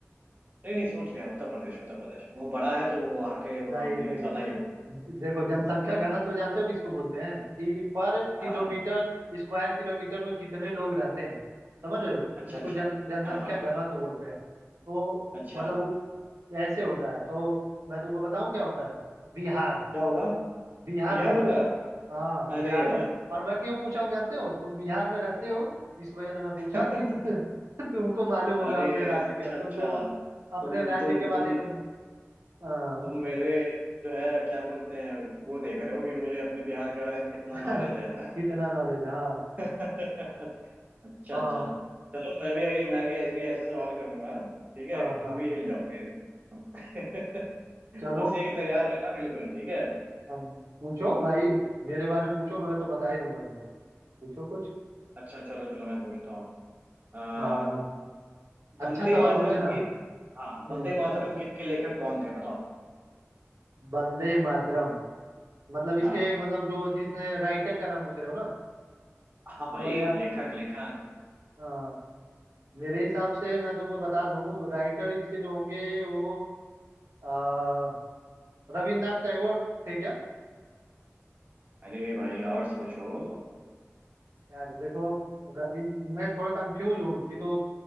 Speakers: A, on the right; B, on the right.
A: नहीं नहीं सोच लिया उत्तर प्रदेश उत्तर प्रदेश वो बड़ा है तो वो वहाँ के वहाँ
B: नहीं
A: भी
B: नहीं
A: ज्यादा ही होगा
B: देखो जनसंख्या
A: तो
B: घनत्व जानते हो किसको बोलते हैं कि पर
A: हाँ
B: किलोमीटर
A: हाँ
B: स्क्वायर किलोमीटर में कितने लोग रहते हैं समझ रहे हो
A: अच्छा
B: इसको
A: अच्छा
B: जन जनसंख्या
A: हाँ हाँ
B: घनत्व बोलते हैं तो
A: अच्छा
B: मतलब वो ऐसे होता है तो मैं तुमको बताऊं क्या होता है बिहार
A: क्या होगा
B: बिहार
A: बिहार
B: हुआ
A: होगा
B: हाँ बिहार
A: अरे वाह
B: का और मैं क्यों पूछा हूँ जानते हो तुम बिहार में रहते हो इस वजह से मैं पूछा
A: <laughs>
B: कि <laughs> तुमको मालूम होगा
A: अरे
B: अपने राज्य
A: अच्छा
B: के तुमको
A: अच्छा
B: अपने
A: तुम
B: राज्य
A: तुम
B: के बारे
A: तुम
B: में हाँ
A: तुम मेरे जो है क्या बोलते हैं वो देख रहे हो कि मुझे अपने बिहार के बारे में कितना
B: <laughs>
A: नॉलेज है हैं?
B: इतना नॉलेज हाँ
A: <laughs> अच्छा
B: हाँ
A: अच्छा चलो मैं भी अभी मैं भी ऐसे भी ऐसे सवाल करूंगा ठीक है
B: हाँ
A: कि तुम
B: हाँ
A: भी हिल जाओगे <laughs>
B: चलो
A: बस ये कि तैयार रहना बिल्कुल ठीक है
B: अब पूछो भाई मेरे बारे में पूछो मैं तो बता ही दूंगा तुमको पूछो कुछ
A: अच्छा चलो चलो मैं पूछता हूँ अ,
B: हाँ
A: वंदे
B: अच्छा सवाल
A: मातरम
B: पूछना
A: गीत हाँ
B: हम्म
A: वंदे मातरम गीत के लेखक कौन थे बताओ
B: वंदे मातरम मतलब इसके
A: हाँ
B: मतलब जो जिसने राइटर का नाम पूछ रहे हो ना
A: हाँ
B: तो
A: भाई
B: यार
A: लेखक लेखक
B: हाँ। मेरे हिसाब से मैं तुमको बता दूं राइटर इसके जो होंगे वो आ, रविन्द्रनाथ टैगोर थे क्या
A: अरे भाई और सोचो
B: यार देखो रविंद्र मैं थोड़ा कंफ्यूज हूँ कि तो